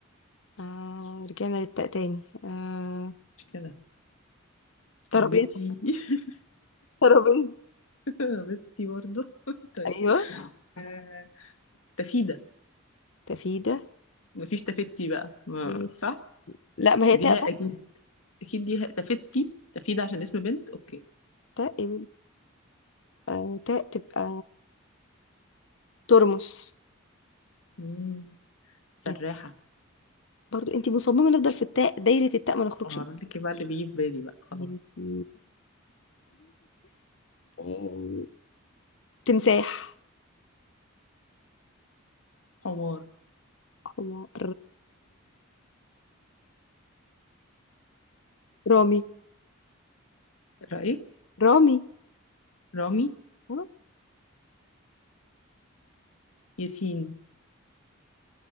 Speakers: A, on the left; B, on the left.
A: آه رجعنا للتاء تاني آه
B: مش كده
A: ترابيزه
B: لمبتي <laughs>
A: ترابيزه
B: لبستي برضه <laughs> طيب
A: ايوه
B: آه... تفيدة
A: تفيده
B: مفيش تفتي بقى ما-
A: ماشي
B: صح
A: لا ما هي
B: ديها
A: تاء بقى
B: اكيد اكيد ديها تفتي تفيدة عشان اسم بنت اوكي
A: تاء يا بنتي. آه تاء تبقى ترمس
B: امم سراحة
A: يعني برضو انت مصممه نفضل في التاء دايره التاء ما نخرجش
B: اقول
A: منها.
B: لك بقى اللي بيجي في بالي بقى خلاص
A: ماشي <laughs> تمساح
B: حمار
A: حمار رامي
B: رأي
A: رامي
B: رامي
A: آه،
B: ياسين